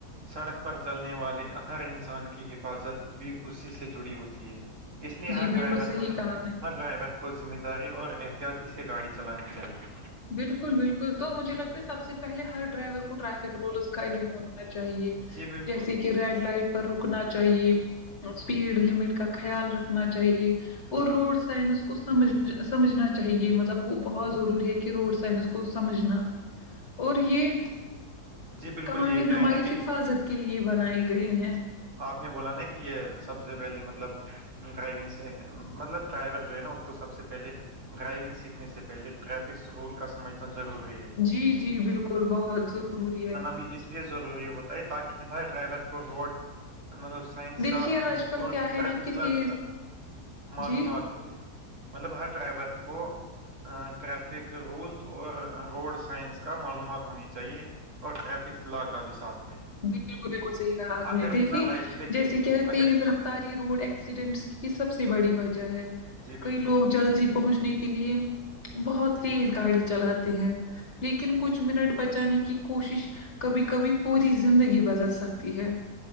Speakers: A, on the right; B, on the left.
A: سڑک پر چلنے والے ہر انسان کی حفاظت بھی اسی سے جڑی ہوتی ہے اس لیے
B: جی
A: ہر ڈرائیور
B: بالکل صحیح
A: کو
B: کہا آپ نے
A: ہر ڈرائیور کو ذمہ داری اور احتیاطی سے گاڑی چلانی چاہیے
B: بالکل بالکل تو مجھے لگتا ہے سب سے پہلے ہر ڈرائیور کو ٹریفک رولز کا علم ہونا چاہیے
A: جی، بالکل۔
B: جیسے کہ ریڈ لائٹ پر رکنا چاہیے اسپیڈ لمٹ کا خیال رکھنا چاہیے اور روڈ سائنس کو سمجھ سمجھنا چاہیے مطلب وہ بہت ضروری ہے کہ روڈ سائنس کو سمجھنا اور یہ
A: جی بالکل
B: قوانین
A: یہ کیا
B: ہماری
A: ہے نا کہ
B: حفاظت کے لیے بنائی گئے ہیں
A: جی آپ نے بولا نا کہ یہ سب سے پہلے مطلب ڈرائیونگ سے مطلب ڈرائیور جو ہے نا اس کو سب سے پہلے ڈرائیونگ سیکھنے سے پہلے ٹریفک رول کا سمجھنا ضروری ہے
B: جی جی بالکل بہت ضروری ہے
A: ب اس لیے ضروری ہوتا تاکہ ہر ڈرائیور کو روڈ مطلب سائنس
B: دیکھیے
A: کا
B: آج کل کیا ہے
A: تینتیس
B: نا کہ
A: لاکھ
B: تیز
A: معلومات
B: جی
A: ہو مطلب ہر ڈرائیبور کو ٹریفک رولز اور روڈ سائنس کا معلومات ہونی چاہیے اور ٹریفک لا کا بھی ساتھ میں
B: بالکل بالکل صحیح کہا آپ
A: اگر
B: نے دیکھیے
A: بنا لائسنس دیکھیے
B: جیسے کہتے
A: اگر
B: ذرا ساری روڈ ایکسیڈینٹس کی سب سے بڑی وجہ ہے
A: جی بالکل
B: کئی لوگ جلدی پہنچ نے کے لیے بہت تیز گاڑی چلاتے ہیں لیکن کچھ منٹ بچانے کی کوشش کبھی کبھی پوری زندگی بدل سکتی ہے